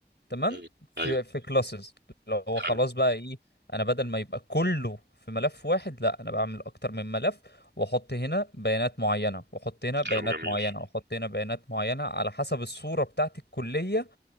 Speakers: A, on the left; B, on the right.
A: تمام
B: مم.
A: في
B: ايوه
A: في كلاسز لو هو
B: حلو
A: خلاص بقى ايه انا بدل ما يبقى كله في ملف واحد لا انا بعمل اكتر من ملف واحط هنا بيانات معينة واحط هنا بيانات
B: كلام جميل
A: معينة واحط هنا بيانات معينة على حسب الصورة بتاعت الكلية